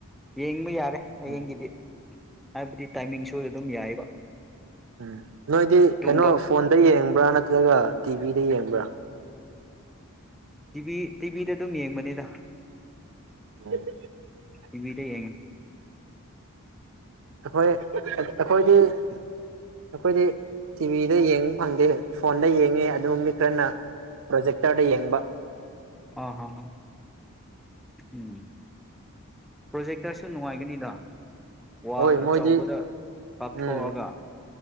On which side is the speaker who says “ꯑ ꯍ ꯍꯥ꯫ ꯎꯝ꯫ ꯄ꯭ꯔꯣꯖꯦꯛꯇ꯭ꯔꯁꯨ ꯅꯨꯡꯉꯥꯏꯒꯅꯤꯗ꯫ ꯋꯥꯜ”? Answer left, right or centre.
Centre